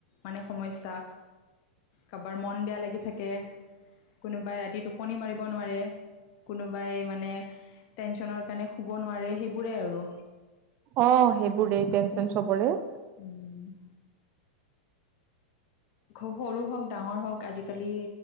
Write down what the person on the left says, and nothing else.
মানে সমস্যা কাৰোবাৰ মন বেয়া লাগি থাকে কোনোবাই ৰাতি টোপনি মাৰিব নোৱাৰে কোনোবাই মানে টেনচনৰ কাৰণে শুব নোৱাৰে সেইবোৰে আৰু
উম সৰু হওক ডাঙৰ হওক আজিকালি